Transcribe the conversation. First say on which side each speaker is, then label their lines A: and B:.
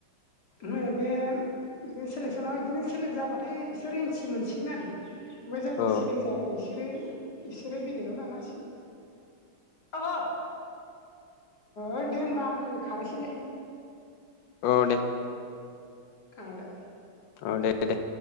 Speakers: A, on the left; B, on the left.
A: हो बे बिदिनो सेलेकसनाव बिदिनो सेलेक्ट जाबाथाय बिसोर एन्सि मोनसिगोन आरो। ओमफ्राय जाय जाया
B: औ
A: सेलेक्ट जायाखै बिसोरो इसोरो बेलेगाव लानाासै। अहो ओ दे हबा आंनोै खारैसैलै
B: औ दे
A: आद
B: औ दे दे दे